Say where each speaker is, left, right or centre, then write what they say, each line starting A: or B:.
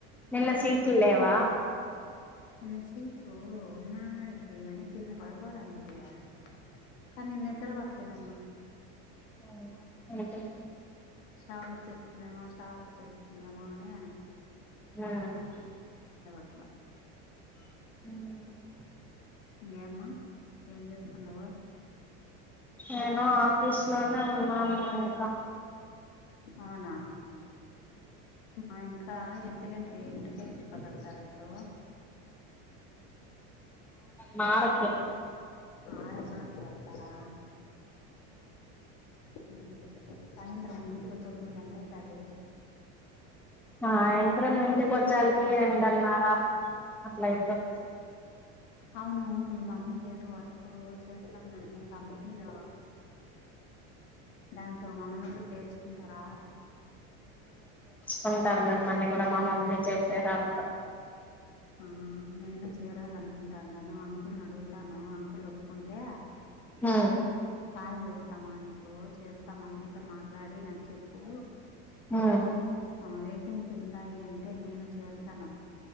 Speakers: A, in the centre; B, on the left.
A: నిన్న సీట్లు లేవా
B: నిన్న సీట్లు ఉన్నాడిది గాని కింద పడుకోవడానికి గా కానీ నిద్ర పట్లేదమ్మా
A: అవును అంతే
B: స్టాప్ వచ్చేస్తుందేమో స్టాప్ వచ్చేస్తుందేమో అని
A: ఉమ్
B: అట్లా
A: ఉమ్
B: ఇంగేమ్మా ఏం చేస్తున్నావు
A: నేను ఆఫీస్ లోనే ఉన్నా అమ్మ ఇంకా
B: అవునా మా ఇంకా ఎంత గంటలు ఎంత గంటలు కదలుతారు ఇటు
A: మారట్లే
B: ఆరమా కొంతారా ఉమ్ సాయంత్రం ఇంటి వచ్చి ఇప్పుడు నీకు ఎంత అయితది
A: ఆ ఏంట్రె ఇంటికి వచ్చాలకి ఏడన్నా అట్లాయిద్ది
B: అవును మీ మమ్మీ ఏదో వర్క్ చేస్తాందంటనే కంపెనీలో దాంతో మనల్ను గూడా చేర్చుకుంటారా
A: కుంటారు మిమ్మల్ని కూడా మా మమ్మిని చేసేదంత
B: ఆ నేను చేరాల అనుకుంటాన్నాను అంకుల్ని అడుగుతాను అంకుల్ ఒప్పుకుంటే
A: హు
B: కాల్ చేస్తా మా నీకు చేస్తాం మమ్మీతో మాట్లాడి నాకు చెప్పు
A: ఉమ్
B: వేకెన్సీ ఉన్నాయి అంటే నేను చేరుతాను